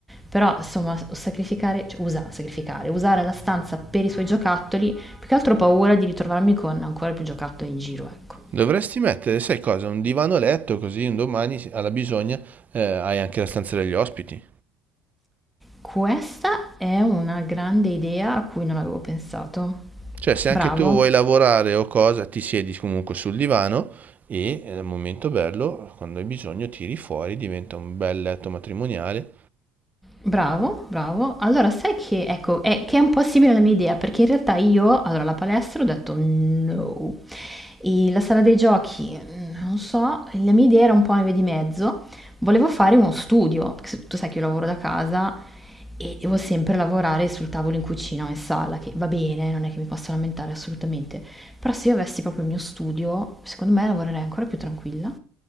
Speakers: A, in the centre; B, on the right.
A: Però, insomma, sacrificare, cioè, usa, sacrificare, usare la stanza per i suoi giocattoli, più che altro ho paura di ritrovarmi con ancora più giocattoli in giro, ecco.
B: Dovresti mettere, sai cosa, un divano a letto così un domani alla bisogna eh, hai anche la stanza degli ospiti.
A: Questa è una grande idea a cui non avevo pensato.
B: Cioè, se
A: Bravo.
B: anche tu vuoi lavorare o cosa, ti siedi comunque sul divano e eh, al momento bello, quando hai bisogno, tiri fuori, diventa un bel letto matrimoniale.
A: Bravo, bravo. Allora, sai che, ecco, è, che è un po' simile alla mia idea, perché in realtà io, allora, la palestra ho detto no. E la sala dei giochi, non so, la mia idea era un po' una via di mezzo. Volevo fare uno studio, perché se- tu sai che io lavoro da casa e devo sempre lavorare sul tavolo in cucina o in sala, che va bene, non è che mi posso lamentare assolutamente. Però se io avessi proprio il mio studio, secondo me lavorerei ancora più tranquilla.